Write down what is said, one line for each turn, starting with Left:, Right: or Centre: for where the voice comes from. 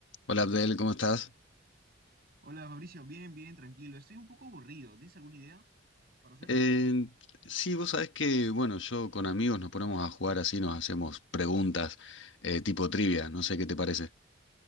Left: Hola Abdel, ¿cómo estás?
Right: Hola Fabricio, bien, bien, tranquilo. Estoy un poco aburrido. ¿Tienes alguna idea para hacer?
Left: Eh, sí, vos sabés que, bueno, yo con amigos nos ponemos a jugar así, nos hacemos preguntas eh, tipo trivia, no sé qué te parece.